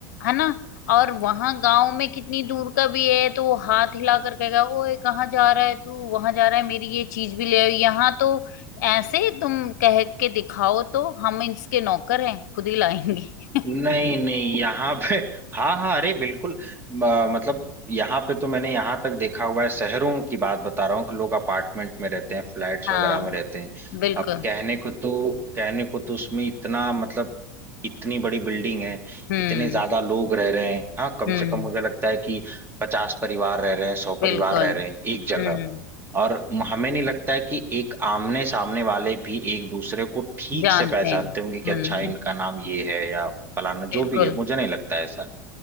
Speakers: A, on the left (about 65°); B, on the right (about 20°).
A: है ना और वहां गांव में कितनी दूर का भी है तो वो हाथ हिला कर कहेगा ओए कहाँ जा रहा है तू वहां जा रहा है मेरी ये चीज भी ले आओ यहाँ तो ऐसे तुम कह के दिखाओ तो हम इसके नौकर हैं खुद ही लाएंगे
B: नहीं <laughs> नहीं यहाँ पे <laughs> हाँ हाँ अरे बिल्कुल म- मतलब यहाँ पे तो मैंने यहाँ तक देखा हुआ है शहरों की बात बता रहा हूँ कि लोग अपार्टमेंट में रहते हैं फ्लैट्स
A: हाँ
B: वगैरह में रहते हैं
A: बिल्कुल
B: अब कहने को तो कहने को तो उसमें इतना मतलब इतनी बड़ी बिल्डिंग है
A: हम्म
B: इतने ज्यादा लोग रह रहे हैं हाँ कम
A: हम्म
B: से कम मुझे लगता है कि पचास परिवार रह रहे हैं सौ
A: बिल्कुल
B: परिवार रह रहे हैं एक जगह
A: हम्म
B: और म- हमें नहीं लगता है कि एक आमने सामने वाले भी एक दूसरे को ठीक
A: जानते
B: से पहचानते
A: हैं
B: होंगे कि
A: हम्म
B: अच्छा इनका नाम ये है या फलाना
A: बिल्कुल
B: जो भी है मुझे नहीं लगता है ऐसा